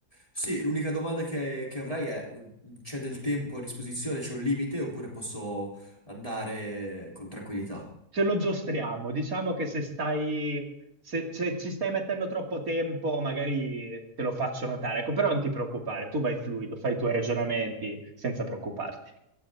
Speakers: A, on the left; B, on the right.
A: Sì, l'unica domanda che, che avrai è, mh, c'è del tempo a disposizione, c'è un limite oppure posso andare con tranquillità?
B: ce lo giostriamo. Diciamo che se stai, se, se ci stai mettendo troppo tempo, magari te lo faccio notare. Ecco, però non ti preoccupare, tu vai fluido, fai i tuoi ragionamenti senza preoccuparti.